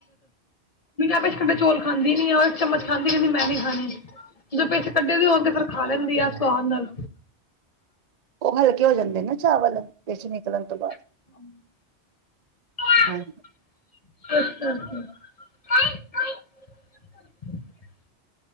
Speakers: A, on the left; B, on the right.
A: ਪਿੱਛ ਕਢੇ ਚੌਲ ਖਾਂਦੀ ਨੀ ਆ ਉਹ ਇੱਕ ਚਮਚ ਖਾਂਦੀ ਕਹਦੀ ਮੈਂ ਨ ਨਹੀਂ ਖਾਣੇ ਜਦੋਂ ਪਿੱਛ ਕੱਢੇ ਦੇ ਹੋਣ ਪਥਰ ਖਾ ਲੈਂਦੀ ਆ ਸਵਾਦ ਨਾਲ
B: ਉਹ ਹਲਕੇ ਹੋ ਜਾਂਦੇ ਨਾ ਚਾਵਲ ਪਿਛ ਨਿਕਲਣ ਤੋਂ ਬਾਅਦ
A: <inaudible>
B: ਹਾਂਜੀ
A: <inaudible> <inaudible>